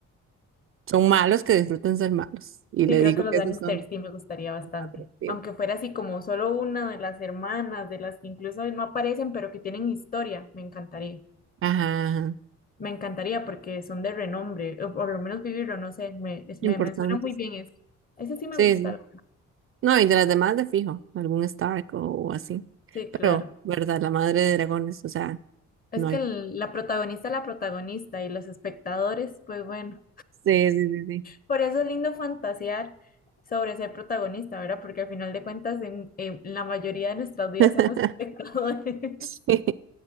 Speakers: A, on the right; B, on the left.
A: Son malos que disfrutan ser malos. Y
B: Sí,
A: le
B: creo
A: digo
B: que los
A: que
B: Lannister
A: esos son
B: sí me gustaría bastante.
A: los atractivos.
B: Aunque fuera así como solo una de las hermanas, de las que incluso no aparecen, pero que tienen historia, me encantaría.
A: Ajá, ajá.
B: Me encantaría porque son de renombre, o por lo menos vivirlo, no sé, me, es- me,
A: Importantes.
B: me suena muy bien eso. Ese sí me
A: Sí,
B: gusta.
A: sí. No, y de las demás de fijo, algún Stark o, o así.
B: Sí,
A: Pero,
B: claro.
A: ¿verdad? La madre de dragones, o sea,
B: Es
A: no
B: que
A: hay.
B: el- la protagonista es la protagonista y los espectadores, pues bueno,
A: Sí, sí, sí, sí.
B: por eso es lindo fantasear sobre ser protagonista, ¿verdad? Porque al final de cuentas en, en la mayoría de nuestras vidas
A: <laughs>
B: somos espectadores.
A: Sí.
B: <laughs>